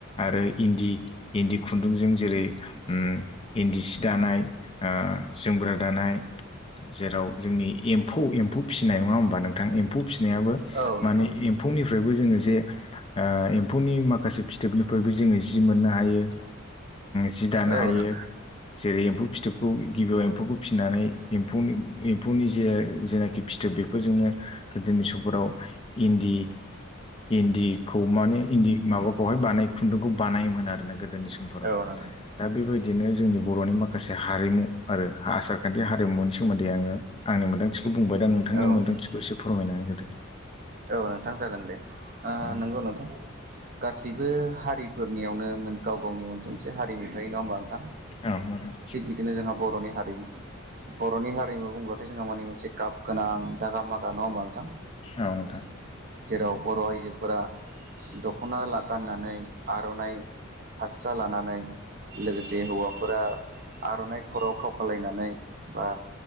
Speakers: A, on the left; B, on the right.
A: आरो इन्दि इन्दि खुन्दुंजों जेरै उम इन्दि सि दानाय ओ जोमग्रा दानाय जेराव जोंनि एम्फौ एम्फौ फिसिनाय नङा होमबा नोंथां एम्फौ फिसिनायाबो
B: औ नोंथां
A: माने एम्फौनिफ्रायबो जोङो जे ओ एम्फौनि माखासे फिथोबनिफोरबो जोङो जि मोननो हायो। जि दानो
B: औ
A: हायो।
B: नोंथां औ नोंथां
A: जेरै एम्फौ फिथोबखौ गिबियाव एम्फौखौ फिसिनानै एम्फौ एम्फौनि जे जेनाखि फिथोब बेफोरजोंनो गोदोनि समफोराव इन्दि इन्दिखौ माने इन्दि माबाखौहाय बानाय खुन्दुंखौ बानायोमोन आरोना गोदोनि समफोराव
B: औ नोंथां
A: दा बेबायदिनो जोंनि बर'नि माखासे हारिमु आरो आसारखान्थि हारिमुनि सोमोन्दै दै आङो आंनि मोन्दांथिखौ बुंबाय दा नोंथांनि
B: औ
A: मोन्दांथिखौ
B: नोंथां
A: एसे फोरमायनानै होदो।
B: औ नोंथां जागोन दे ओ
A: औ
B: नंगौ नोंथां गासैबो हारिफोरनियावनो गाव गावनि मोनसे मोनसे हारिमु थायो नङा होनोमबा नोंथां
A: औ नोंथां
B: थिग बिदिनो जोंहा बर'नि हारिमु बर'नि हारिमु बुंब्लाथाय जोंहा माने मोनसे गाब गोनां जागा मागा नङा होमबा नोंथां
A: औ नोंथां
B: जेराव बर' आइजोफोरा दख'ना गाननानै आर'नाइ फास्रा लानानै लोगोसे हौवाफोरा आर'नाइ खर'आव खाव खालायनानै बा